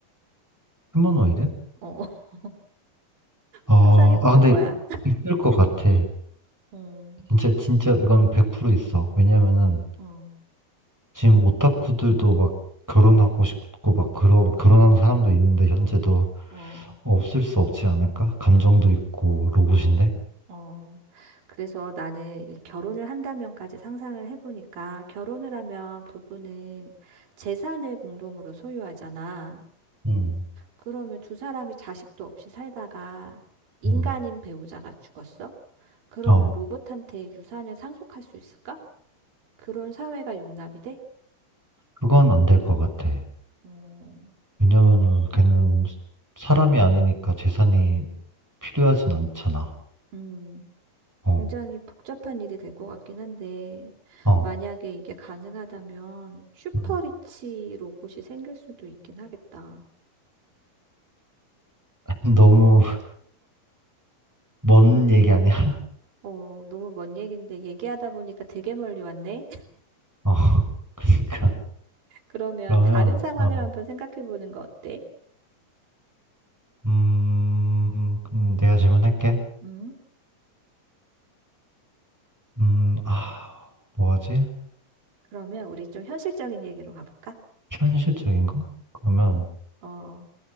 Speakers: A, in the centre; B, on the right.
A: 휴머노이드?
B: 어, <laughs>
A: 어,
B: 상상해보는
A: 아, 근데
B: 거야.
A: 있을 것 같아.
B: 음,
A: 진짜, 진짜 이건 100% 있어. 왜냐면은
B: 어,
A: 지금 오타쿠들도 막 결혼하고 싶고 막 그러, 결혼하는 사람도 있는데 현재도
B: 어.
A: 없을 수 없지 않을까? 감정도 있고 로봇인데?
B: 어, 어. 그래서 나는 이 결혼을 한다면까지 상상을 해보니까 결혼을 하면 부부는 재산을 공동으로 소유하잖아.
A: 음,
B: 그러면 두 사람이 자식도 없이 살다가 인간인
A: 음.
B: 배우자가 죽었어? 그러면
A: 어,
B: 로봇한테 유산을 상속할 수 있을까? 그런 사회가 용납이 돼?
A: 그건 안 될 것 같아.
B: 어,
A: 왜냐면은 걔는
B: 음,
A: 사람이 아니니까 재산이 필요하진 않잖아.
B: 음.
A: 어,
B: 굉장히 복잡한 일이 될 것 같긴 한데,
A: 어.
B: 만약에 이게 가능하다면 슈퍼리치
A: 음.
B: 로봇이 생길 수도 있긴 하겠다.
A: <laughs> 너무 먼 얘기 아니야?
B: 어, 너무 먼 얘긴데 얘기하다 보니까 되게 멀리 왔네?
A: <laughs> 어, 그러니까
B: <laughs> 그러면
A: 그러면
B: 다른 상황을
A: 어,
B: 한번 생각해 보는 거 어때?
A: 음, 그럼 내가 질문할게.
B: 음?
A: 음, 아, 뭐하지?
B: 그러면 우리 좀 현실적인 얘기로 가볼까?
A: 현실적인 거? 그러면
B: 어,